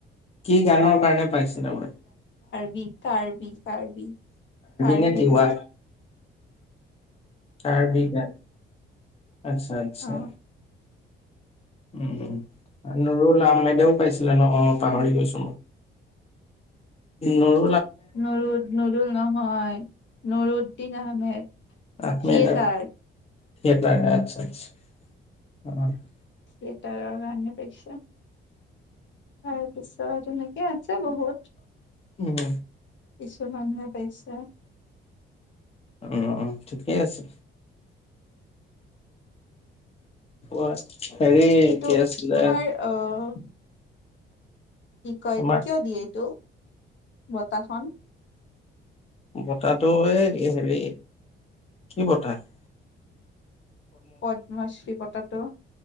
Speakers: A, on the left; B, on the left.
A: কি গানৰ <unintelligible> পাইছিলে
B: বি কাৰ্বি কাৰ্বি, কাৰ্বি
A: নে তিৱা?
B: গান।
A: কাৰ্বি গান। আচ্ছা, আচ্ছা।
B: অ
A: উম উম, নৰুল আহমেদেও পাইছিলে ন অ পাহৰি গৈছো। নৰু
B: নৰুদ নৰুল নহয় নৰুদ, দিন আহমেদ।
A: আহমেদ,
B: থিয়েটাৰ
A: সেই তাকে আচ্ছা আচ্ছা <unintelligible>
B: থিয়েটাৰ কাৰ <unintelligible> তাৰপিছত, এনেকে আছে বহুত।
A: উম,
B: কিছুমানে পেইচা <unintelligible>
A: উম উম, ঠিকেই আছে। অ। হেৰি
B: এইটো
A: কি আছিলে?
B: তোমাৰ অ কি কয়,
A: আমাৰ
B: এইটো কিয় দিয়ে এইটো। বতাহখন।
A: বতটো এই হেৰি, কি বতাহ?
B: পদ্মশ্ৰী বটাটো।